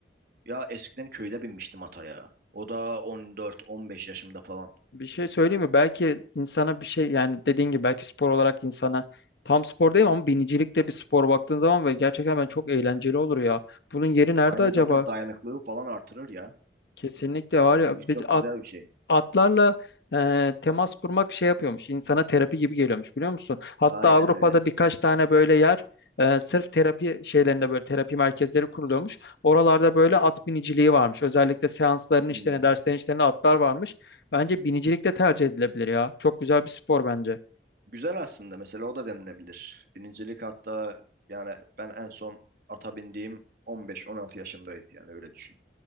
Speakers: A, on the right; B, on the left.
A: Ya eskiden köyde binmiştim ataya. O da 14-15 yaşımda falan.
B: Bir şey söyleyeyim mi? Belki insana bir şey yani dediğin gibi belki spor olarak insana tam spor değil ama binicilik de bir spor baktığın zaman ve gerçekten ben çok eğlenceli olur ya. Bunun yeri nerede
A: Aynen
B: acaba?
A: zaten dayanıklılığı falan artırır ya.
B: Kesinlikle var
A: Binicilik
B: ya. Bir,
A: çok güzel bir şey.
B: atlarla e, temas kurmak şey yapıyormuş. insana terapi gibi geliyormuş biliyor musun? Hatta
A: Aynen
B: Avrupa'da
A: öyle.
B: birkaç tane böyle yer e, sırf terapi şeylerinde böyle terapi merkezleri kuruluyormuş. Oralarda böyle at biniciliği varmış. Özellikle seansların
A: Hmm.
B: işlerine, derslerin işlerine atlar varmış. Bence binicilik de tercih edilebilir ya. Çok güzel bir spor bence.
A: Güzel aslında. Mesela o da denilebilir. Binicilik hatta yani ben en son ata bindiğim 15-16 yaşımdaydı yani öyle düşün.